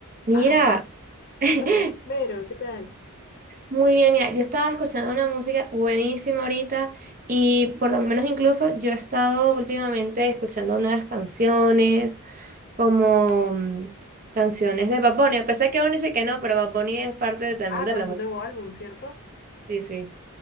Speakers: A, on the right; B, on the left.
A: Mira,
B: Ah,
A: <laughs>
B: ¿qué pasa? Vero, ¿qué tal?
A: muy bien, mira, yo estaba escuchando una música buenísima ahorita y por lo menos incluso yo he estado últimamente escuchando nuevas canciones, como mm, canciones de Bad Bunny, a pesar que uno dice que no, pero Bad Bunny es parte de- también
B: Ah,
A: de
B: con
A: la
B: su
A: música.
B: nuevo álbum, ¿cierto?
A: Sí, sí.